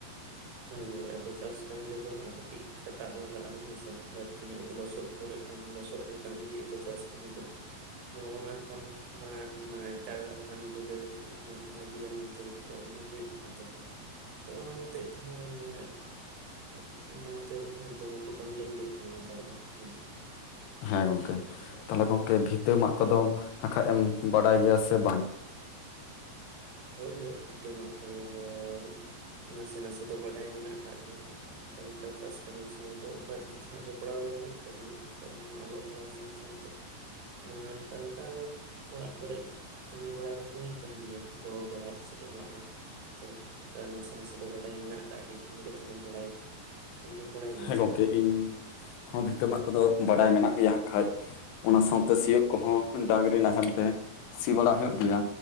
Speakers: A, on the right; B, on the left.
A: ᱦᱳᱭ ᱦᱳᱭ ᱟᱫᱚ ᱪᱟᱥ ᱠᱟᱹᱢᱤ ᱨᱮᱫᱚ ᱦᱟᱸᱜ ᱠᱟᱹᱴᱤᱜ ᱠᱷᱟᱴᱟᱜ ᱞᱟᱜᱟᱜ-ᱟ, ᱦᱮᱸᱥᱮ ᱵᱟᱹᱲᱛᱤ ᱧᱚᱜ ᱜᱮ ᱞᱚᱥᱚᱫ ᱯᱚᱨᱮᱜ ᱠᱷᱟᱱ ᱞᱚᱥᱚᱫ ᱨᱮ ᱠᱟᱹᱢᱤ ᱦᱩᱭᱩᱜ ᱫᱚ ᱪᱟᱥ ᱠᱟᱹᱢᱤ ᱫᱚ, ᱛᱚ ᱚᱱᱟ ᱠᱷᱚᱱ ᱱᱚᱶᱟ ᱚᱱᱟ ᱮᱴᱟᱜᱟᱜ ᱠᱟᱹᱢᱤ ᱠᱚᱜᱮ ᱢᱟᱱᱮ ᱵᱷᱟᱹᱜᱤᱭᱟ ᱢᱮᱱᱛᱮ ᱩᱱᱠᱩᱣᱟᱜ ᱢᱚᱱᱮ ᱦᱩᱭᱩᱜ ᱠᱟᱱ ᱛᱟᱠᱚᱣᱟ᱾ ᱛᱚ ᱚᱱᱟ ᱦᱚᱛᱮᱡ ᱛᱮᱦᱚᱸ ᱱᱤᱱᱟᱹᱜ ᱚᱱ ᱚᱱᱟᱛᱮ ᱟᱞᱮ ᱦᱚᱭᱛᱚ ᱵᱟᱠᱚ ᱠᱟᱹᱢᱤ ᱞᱟᱹᱜᱤᱫᱚᱜ ᱠᱟᱱᱟ ᱱᱮᱛᱟᱨ ᱫᱚ ᱦᱮᱸ ᱥᱮ?
B: ᱦᱮᱸ ᱜᱚᱝᱠᱮ ᱛᱟᱦᱚᱞᱮ ᱜᱚᱝᱠᱮ ᱵᱷᱤᱛᱟᱹ ᱢᱟᱜ ᱠᱚᱫᱚᱢ ᱦᱟᱸ ᱠᱷᱟᱜ ᱮᱢ ᱵᱟᱰᱟᱭ ᱜᱮᱭᱟ ᱥᱮ ᱵᱟᱝ?
A: ᱦᱳᱭ ᱦᱳᱭ ᱵᱷᱤᱴᱟᱹ ᱢᱟᱜ ᱠᱚᱫᱚᱻ ᱱᱟᱥᱮ ᱱᱟᱥᱮ ᱫᱚ ᱵᱟᱰᱟᱭ ᱢᱮᱱᱟᱜ ᱠᱟᱜ ᱜᱮᱭᱟ, ᱚᱱᱠᱟ ᱞᱮᱠᱟ ᱪᱟᱥ ᱠᱟᱹᱢᱤ ᱥᱟᱶ ᱫᱚ ᱵᱟᱹᱲᱛᱤ ᱫᱚ ᱦᱟᱸᱜ ᱡᱚᱯᱲᱟᱣ ᱫᱚ ᱵᱟᱹᱱᱩᱜ ᱟᱠᱟᱫ ᱫᱤᱧᱟᱹ, ᱱᱮᱛᱟᱨ ᱚᱞᱚᱜ ᱯᱟᱲᱦᱟᱣ ᱥᱟᱶ ᱥᱟᱶ ᱥᱟᱶᱛᱮ ᱱᱟ ᱱᱚᱝᱠᱟ ᱞᱮᱠᱟ ᱚᱲᱟᱜ ᱠᱚᱨᱮ ᱠᱟᱹᱢᱤ ᱵᱟᱲᱟ ᱫᱚ ᱦᱩᱭ ᱠᱟᱱ ᱜᱮᱭᱟ᱾ ᱜᱚᱲᱚ ᱵᱟᱲᱟ ᱥᱮ ᱚᱲᱟᱜ ᱦᱚᱲ ᱛᱚ ᱚᱱᱠᱟ ᱱᱟᱥᱮ ᱱᱟᱥᱮ ᱫᱚ ᱵᱟᱰᱟᱭ ᱢᱮᱱᱟᱜ ᱠᱟᱜ ᱜᱮᱭᱟ, ᱟᱢ ᱜᱮ ᱛᱟᱦᱚᱞᱮ ᱵᱟᱲᱟᱭᱫᱟ᱾ ᱟᱢᱫᱚ ᱵᱟᱲᱟᱭ ᱜᱮᱭᱟ
B: ᱦᱮᱸ ᱜᱚᱝᱠᱮ
A: ᱥᱮ?
B: ᱤᱧ ᱦᱚᱸ ᱵᱷᱤᱛᱟᱹ ᱢᱟᱜ ᱠᱚᱫᱚ ᱵᱟᱰᱟᱭ ᱢᱮᱱᱟᱜ ᱜᱮᱭᱟ ᱦᱟᱸᱜ ᱠᱷᱟᱡ ᱚᱱᱟ ᱥᱟᱶᱛᱮ ᱥᱤᱭᱳᱜ ᱠᱚᱦᱚᱸ ᱰᱟᱝᱨᱤ ᱱᱟᱦᱮᱞ ᱛᱮ ᱥᱤ ᱵᱟᱲᱟ ᱦᱩᱭᱩᱜ ᱜᱮᱭᱟ